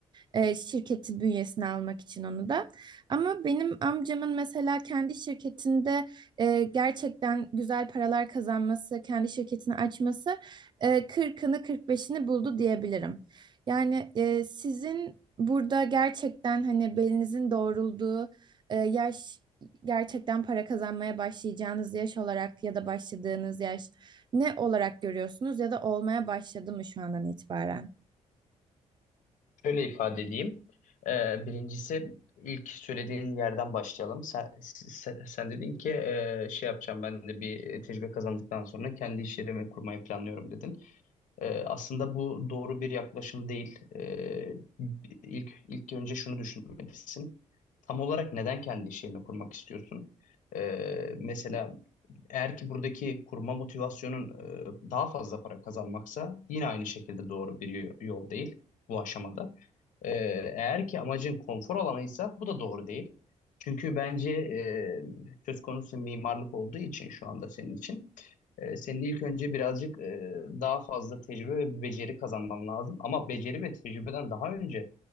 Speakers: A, on the right; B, on the left.
A: E, şirketi bünyesine almak için onu da. Ama benim amcamın mesela kendi şirketinde e, gerçekten güzel paralar kazanması, kendi şirketini açması e, kırkını kırk beşini buldu diyebilirim. Yani e, sizin burada gerçekten hani belinizin doğrulduğu e, yaş gerçekten para kazanmaya başlayacağınız yaş olarak ya da başladığınız yaş ne olarak görüyorsunuz ya da olmaya başladı mı şu andan itibaren?
B: Şöyle ifade edeyim. Ee, birincisi ilk söylediğin yerden başlayalım. Sen, sen, sen dedin ki e, şey yapacağım ben de bir e, tecrübe kazandıktan sonra kendi iş yerimi kurmayı planlıyorum dedin. Ee, aslında bu doğru bir yaklaşım değil. Ee, ilk, ilk önce şunu düşünmelisin. Tam olarak neden kendi iş yerini kurmak istiyorsun? Ee, mesela eğer ki buradaki kurma motivasyonun e, daha fazla para kazanmaksa yine aynı şekilde doğru bir yo- yol değil bu aşamada. E, eğer ki amacın konfor alanıysa bu da doğru değil. Çünkü bence e, söz konusu mimarlık olduğu için şu anda senin için e, senin ilk önce birazcık e, daha fazla tecrübe ve beceri kazanman lazım. Ama beceri ve tecrübeden daha önce